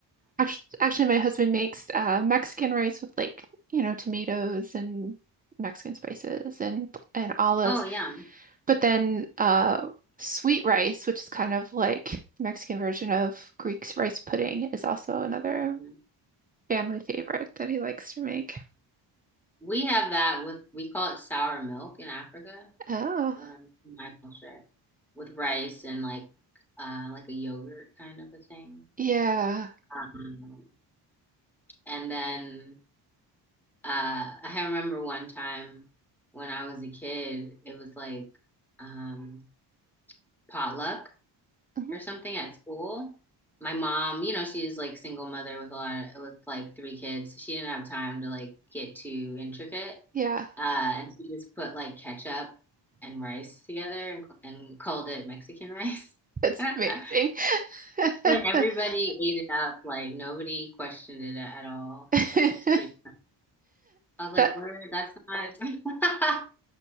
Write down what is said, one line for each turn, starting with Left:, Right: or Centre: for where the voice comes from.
Right: Actually, actually, my husband makes uh, Mexican rice with like, you know, tomatoes and Mexican spices and and olives,
Centre: Oh yeah.
Right: but then uh, sweet rice, which is kind of like the Mexican version of Greek's rice pudding, is also another
Centre: Mhm.
Right: family favorite that he likes to make.
Centre: We have that with we call it sour milk in Africa,
Right: Oh,
Centre: um, in my culture, with rice and like uh like a yogurt kind of a thing.
Right: yeah,
Centre: Um, and then Uh, I remember one time when I was a kid, it was like um, potluck
Right: Mhm.
Centre: or something at school. My mom, you know, she's like single mother with a lot of, with like three kids. so She didn't have time to like get too intricate.
Right: yeah,
Centre: Uh, and she just put like ketchup and rice together and, and called it Mexican rice.
Right: that's amazing.
Centre: <laughs>
Right: <laughs>
Centre: And everybody ate it up. Like nobody questioned it at all.
Right: <laughs>
Centre: So it was pretty. I was like,
Right: That
Centre: "Word, that's not." <laughs>